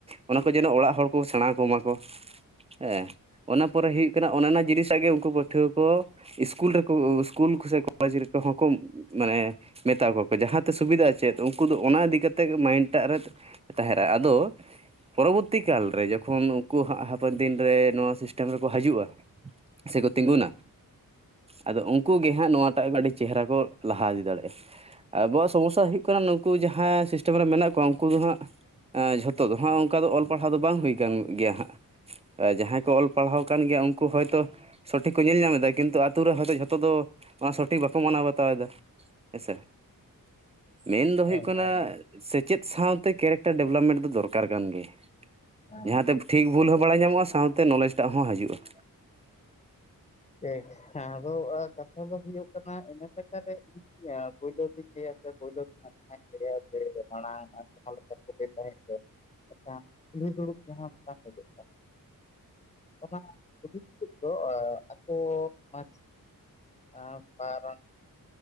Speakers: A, on the right; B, on the left.
A: ᱚᱱᱟ ᱠᱚ ᱡᱮᱱᱚ ᱚᱲᱟᱜ ᱦᱚᱲ ᱠᱚ ᱥᱮᱬᱟ ᱠᱚᱢᱟ ᱠᱚ᱾ ᱮ ᱚᱱᱟ ᱯᱚᱨᱮ ᱦᱩᱭᱩᱜ ᱠᱟᱱᱟ ᱚᱱᱮ ᱚᱱᱟ ᱡᱤᱱᱤᱥ ᱢᱟᱜ ᱜᱮ ᱩᱱᱠᱩ ᱯᱟᱹᱴᱷᱩᱣᱟᱹ ᱠᱚ᱾ ᱤᱥᱠᱩᱞ ᱨᱮᱠᱚ ᱥᱠᱩᱞ ᱥᱮ <inaudible> ᱠᱚᱞᱮᱡᱽ ᱨᱮᱦᱚᱸ ᱠᱚ ᱢᱟᱱᱮ ᱢᱮᱛᱟ ᱠᱚᱣᱟᱠᱚ ᱡᱟᱦᱟᱸᱛᱮ ᱥᱩᱵᱤᱫᱟᱜ ᱪᱮᱫ ᱩᱱᱠᱩ ᱫᱚ ᱚᱱᱟ ᱤᱫᱤ ᱠᱟᱛᱮᱫ ᱢᱟᱭᱤᱱᱰ ᱮᱴᱟᱜ ᱨᱮ ᱛᱟᱦᱮᱱᱟ ᱟᱫᱚ᱾ ᱯᱚᱨᱚᱵᱚᱨᱛᱤ ᱠᱟᱞᱨᱮ ᱡᱚᱠᱷᱚᱱ ᱩᱱᱠᱩ ᱦᱟᱸᱜ ᱦᱟᱯᱮᱱ ᱫᱤᱱ ᱨᱮ ᱱᱚᱣᱟ ᱥᱤᱥᱴᱮᱢ ᱨᱮᱠᱚ ᱦᱤᱡᱩᱜᱼᱟ᱾ ᱥᱮ ᱠᱚ ᱛᱤᱸᱜᱩᱱᱟ᱾ ᱟᱫᱚ ᱩᱱᱠᱩ ᱜᱮ ᱦᱟᱸᱜ ᱱᱚᱣᱟᱴᱟᱜ ᱟᱹᱰᱤ ᱪᱮᱦᱨᱟ ᱠᱚ ᱞᱟᱦᱟ ᱤᱫᱤ ᱫᱟᱲᱮᱭᱟᱜᱼᱟ᱾ ᱟᱵᱚᱣᱟᱜ ᱥᱚᱢᱚᱥᱥᱟ ᱦᱩᱭᱩᱜ ᱠᱟᱱᱟ ᱱᱩᱠᱩ ᱡᱟᱦᱟᱸ ᱥᱤᱥᱴᱮᱢ ᱨᱮ ᱢᱮᱱᱟᱜ ᱠᱚ ᱠᱚ ᱩᱱᱠᱩ ᱫᱚ ᱦᱟᱸᱜ ᱡᱷᱚᱛᱚ ᱫᱚ ᱦᱟᱸᱜ ᱚᱱᱠᱟ ᱫᱚ ᱚᱞ ᱯᱟᱲᱦᱟᱣ ᱫᱚ ᱵᱟᱝ ᱦᱩᱭᱠᱟᱱ ᱜᱮᱭᱟ ᱦᱟᱸᱜ᱾ ᱡᱟᱦᱟᱸᱭ ᱠᱚ ᱚᱞ ᱯᱟᱲᱦᱟᱣ ᱠᱟᱱ ᱜᱮᱭᱟ ᱩᱱᱠᱩ ᱦᱚᱭᱛᱚ ᱥᱚᱴᱷᱤᱠ ᱠᱚ ᱧᱮᱞ ᱧᱟᱢ ᱮᱫᱟ ᱠᱤᱱᱛᱩ ᱟᱛᱩ ᱨᱮ ᱦᱚᱭᱛᱚ ᱡᱷᱚᱛᱚ ᱫᱚ ᱚᱱᱟ ᱥᱚᱴᱷᱤᱠ ᱵᱟᱠᱚ ᱢᱟᱱᱟᱣ ᱵᱟᱛᱟᱣ ᱮᱫᱟ᱾ ᱦᱮᱸᱥᱮ᱾ ᱢᱮᱱ ᱫᱚ ᱦᱩᱭᱩᱜ
B: ᱮᱠᱵᱟᱨᱮ
A: ᱠᱟᱱᱟ ᱥᱮᱪᱮᱫ ᱥᱟᱶᱛᱮ ᱠᱮᱨᱮᱠᱴᱟᱨ ᱰᱮᱵᱷᱞᱚᱯᱢᱮᱱᱴ ᱫᱚ ᱫᱚᱨᱠᱟᱨ ᱠᱟᱱ ᱜᱮ᱾
B: ᱦᱮᱸ
A: ᱡᱟᱦᱟᱸᱛᱮ ᱴᱷᱤᱠ ᱵᱷᱩᱞ ᱦᱚᱸ ᱵᱟᱲᱟᱭ ᱧᱟᱢᱚᱜᱼᱟ ᱥᱟᱶᱛᱮ ᱱᱚᱞᱮᱡᱽ ᱴᱟᱜ ᱦᱚᱸ ᱦᱤᱡᱩᱜᱼᱟ᱾
B: ᱮ <unintelligible> ᱦᱮ ᱟᱫᱚ ᱠᱟᱛᱷᱟ ᱫᱚ ᱦᱩᱭᱩᱜ ᱠᱟᱱᱟ ᱤᱱᱟᱹ <inaudible> ᱤᱧ ᱯᱳᱞᱳ ᱫᱩᱧ ᱞᱟᱹᱭᱟ <unintelligible> ᱯᱩᱭᱭᱞᱳ ᱛᱮᱱᱟᱜ ᱡᱟᱦᱟᱸᱧ ᱞᱟᱹᱭᱟ ᱡᱮ ᱢᱟᱲᱟᱝ ᱡᱟᱦᱟᱸ ᱞᱮᱠᱟ ᱠᱩᱞᱟᱹᱭ ᱛᱟᱦᱮᱸᱫ ᱫᱚ <unintelligible> <unintelligible> <unintelligible> ᱟ ᱵᱟᱨᱚᱱ